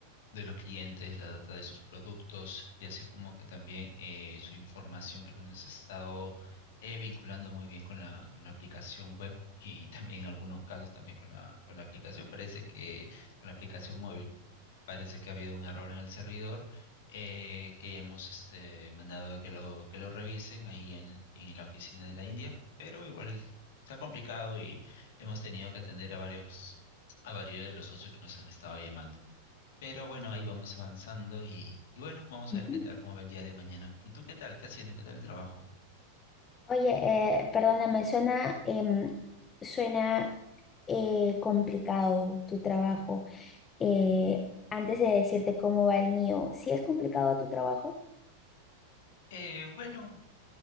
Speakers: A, on the left; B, on the left.
A: de los clientes, la data de sus productos y así como que también eh, su información que nos ha estado eh, vinculando muy bien con la, con la aplicación web <laughs> y también en algunos casos también con la, con la aplicación. Parece que con la aplicación móvil parece que ha habido un error en el servidor eh, que hemos este, mandado a que lo, que lo revisen ahí en, en la oficina de la India, pero igual se ha complicado y hemos tenido que atender a varios, a varios de los socios que nos han estado llamando. Pero bueno, ahí vamos avanzando y, y bueno, vamos
B: Ujú.
A: a ver qué tal, cómo va el día de mañana. ¿Y tú qué tal? ¿Qué haciendo? ¿Qué tal el trabajo?
B: Oye, eh, perdóname, suena, em, suena eh, complicado tu trabajo. Eh, antes de decirte cómo va el mío, ¿sí es complicado tu trabajo?
A: Eh, bueno,